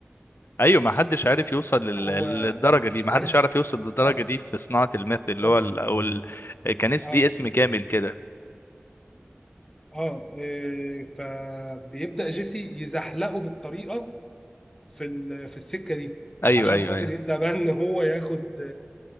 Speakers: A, on the left (about 60°); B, on the left (about 15°).
A: ايوه ما حدش عارف يوصل لل-
B: هو
A: للدرجه دي ما
B: عارف
A: حدش عارف يوصل للدرجه
B: اه
A: دي في صناعه الميث اللي
B: بالظبط.
A: هو ال... او ال... كان اس-
B: اه
A: دي اسم كامل كده
B: اه إيه، فبيبدأ جيسي يزحلقه بالطريقة في ال- في السكة دي
A: ايوه
B: عشان
A: ايوه
B: خاطر
A: ايوه
B: يبدأ بقى ان هو ياخد